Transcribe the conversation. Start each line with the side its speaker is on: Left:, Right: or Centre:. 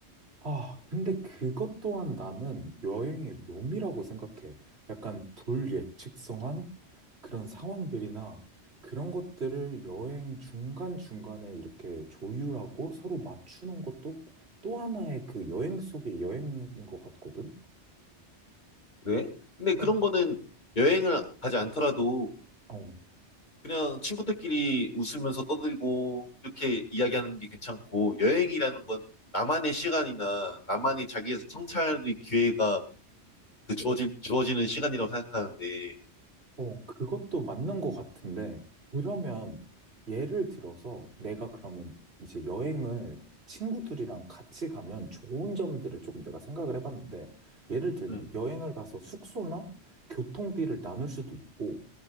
Right: 아, 근데 그것 또한 나는 여행의 묘미라고 생각해. 약간 불예측성한 그런 상황들이나 그런 것들을 여행 중간중간에 이렇게 조율하고 서로 맞추는 것도 또 하나의 그 여행 속의 여행인 것 같거든?
Left: 왜? 근데 그런
Right: 어.
Left: 거는 여행을 가지 않더라도
Right: 어.
Left: 그냥 친구들끼리 웃으면서 떠들고 이렇게 이야기하는 게 괜찮고 여행이라는 건 나만의 시간이나 나만의 자기 성찰의 기회가 그 주어지, 주어지는 시간이라고 생각하는데
Right: 어, 그것도 맞는 것 같은데, 그러면 예를 들어서 내가 그러면 이제 여행을 친구들이랑 같이 가면 좋은 점들을 조금 내가 생각을 해봤는데, 예를 들면
Left: 음.
Right: 여행을 가서 숙소나 교통비를 나눌 수도 있고,